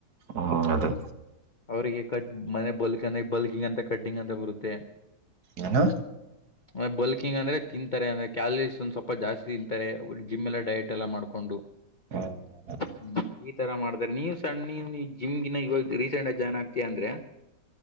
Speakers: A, on the right; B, on the left.
A: ಹ್ಮ್ ಅದೇ.
B: ಅವರಿಗೆ ಕಟ್ ಮನೆ ಬಲ್ಕ್ ಅಂದ ಬಲ್ಕಿಂಗ್ ಅಂತ ಕಟ್ಟಿಂಗ್ ಅಂತ ಬರುತ್ತೆ.
A: ಏನು.
B: ಆ ಬಲ್ಕಿಂಗ್ ಅಂದ್ರೆ ತಿಂತಾರೆ ಅಂದ್ರೆ ಕ್ಯಾಲರೀಸ್ ಒಂದು ಸ್ವಲ್ಪ ಜಾಸ್ತಿ ತಿಂತಾರೆ ಓಡ್ ಜಿಮ್ ಎಲ್ಲ ಡಯಟ್ ಎಲ್ ಮಾಡ್ಕೊಂಡು.
A: <inaudible>
B: ಹ್ಮ್ ಈ ತರ ಮಾಡಿದ್ರ್ ನೀವ್ ಸಣ್ಣ ನೀ ಜಿಮ್ಗೇ ಇವಾಗ ರೀಸೆಂಟ್ ಆಗಿ ಜಾಯ್ನ್ ಆಗ್ತಯ ಅಂದ್ರೆ.